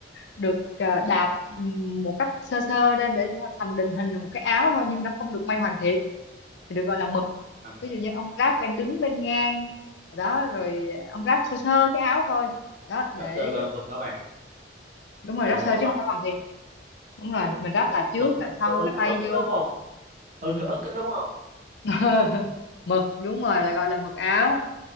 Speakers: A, on the left; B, on the right.
A: được à, đạp ừm, một cách sơ sơ lên để thành định hình là một cái áo thôi nhưng nó không được may hoàn thiện thì được gọi là mực.
B: À,
A: Ví dụ như ông ráp bên đứng bên ngang đó rồi ông ráp sơ sơ cái áo thôi. Đó để
B: lobster gọi là mực hả bạn?
A: đúng rồi
B: Gọi
A: ráp
B: là mực
A: sơ
B: hả
A: chứ
B: bà?
A: không phải hoàn thiện. Đúng rồi,
B: ừ
A: mình ráp tà trước
B: mực
A: tà sau
B: ừ
A: cái
B: cái
A: tay
B: ức đó
A: vô.
B: đúng không ừ
A: Ừ.
B: cái ức đó đúng không
A: <laughs> Mực đúng rồi là gọi là mực áo.